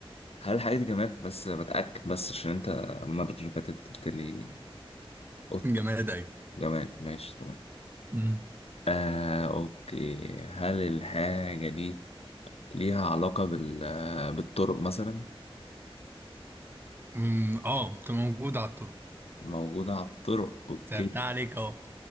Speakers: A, on the left (about 80°); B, on the right (about 20°).
A: هل الحاجة دي جماد بس بتأكد بس عشان أنت المرة اللي فاتت قلت لي قطة
B: جماد أيوة
A: جماد ماشي تمام
B: مم.
A: آه أوكي هل الحاجة دي ليها علاقة بال بالطرق مثلا
B: مم، اه بتبقى موجودة على الطرق
A: موجودة على الطرق أوكي
B: سألتها عليك اهو